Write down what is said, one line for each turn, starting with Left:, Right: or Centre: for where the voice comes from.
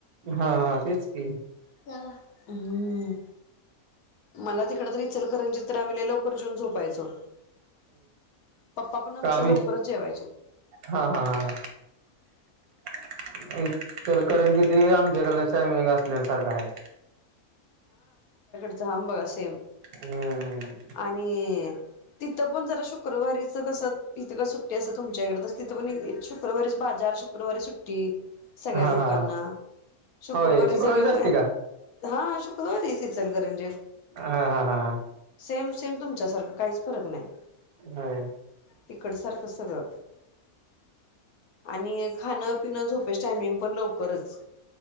Right: हा हा तेच की
Left: जावा हम्म. मला तिकड त रीचलकरंजित रावलेल लवकर जेऊन झोपायचो. पप्पा पण आमचं
Right: कामे
Left: लवकरच जेवाय
Right: हा हा हा.
Left: <inaudible>
Right: <unintelligible> एक इच करंजीत आमच्याकडला सम असल्यासारखा आहे.
Left: जाम बघा सेम
Right: हम्म.
Left: आणि तिथं पण जरा शुक्रवारी इथ कसं इथं कां सुट्टी असं तुमच्याकडे <unintelligible> तिथं पण शुक्रवारीच बाजार शुक्रवारी सुट्टी सगळ्या
Right: हा
Left: लोकांना
Right: हा हा
Left: शुक्रवारी
Right: होय शुक्रवारीच
Left: सगळे मयात
Right: असते का?
Left: हा. <unintelligible> इ चल करंजी
Right: हा हा हा
Left: सेम, सेम तुमच्यासारखं काहीच फरक नाही
Right: हा.
Left: तिकडसारखं सगळं. आणि खाणं पिण झोपेच टायमिंग पण लवकरच